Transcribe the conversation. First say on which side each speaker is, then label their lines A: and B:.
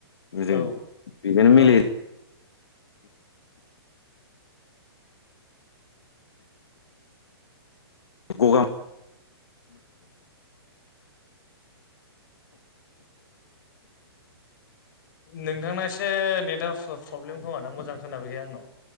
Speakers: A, on the left; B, on the left.
A: जों
B: औ
A: बेजोंनो
B: औ
A: मिले गगा
B: नोंथांना एसे नेटवार्क फ-प्रब्लेम खोमा दां मोजां खोनाबैफैया आंनाव।